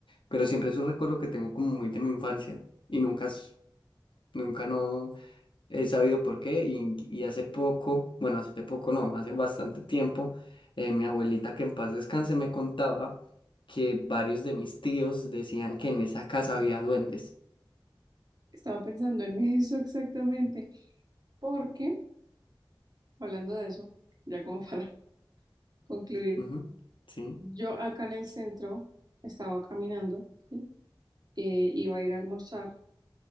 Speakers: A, on the left; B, on the right.
A: pero siempre es un recuerdo que tengo como muy de mi infancia, y nunca, s- nunca no he sabido por qué, y, y hace poco, bueno, hace poco no, hace bastante tiempo, eh, mi abuelita que en paz descanse me contaba que varios de mis tíos decían que en esa casa había duendes.
B: estaba pensando en eso exactamente, porque hablando de eso, ya como para <laughs> concluir,
A: Ujú, Sí,
B: Yo acá en el centro estaba caminando, ¿sí? Eh, iba a ir a almorzar